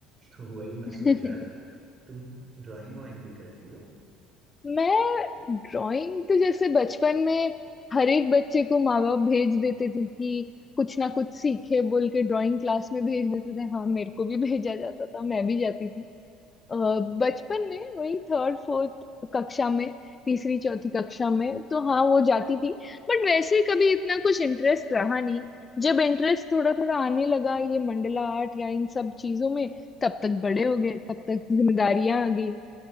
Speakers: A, on the right (about 30°); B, on the left (about 20°).
A: तो वही मैं सोच
B: है <laughs>
A: रहा था तुम ड्राइंग वाइंग भी करती हो
B: मैं ड्राइंग तो जैसे बचपन में हर एक बच्चे को माँ बाप भेज देते थे कि कुछ ना कुछ सीखे बोल के ड्राइंग क्लास में भेज देते थे हाँ मेरे को भी भेजा जाता था मैं भी जाती थी अ, बचपन में वही थर्ड फोर्थ कक्षा में तीसरी चौथी कक्षा में तो हाँ वो जाती थी बट वैसे कभी इतना कुछ इंटरेस्ट रहा नहीं जब इंटरेस्ट थोड़ा थोड़ा आने लगा ये मंडला आर्ट या इन सब चीजों में तब तक बड़े हो गए तब तक जिम्मेदारियां आ गई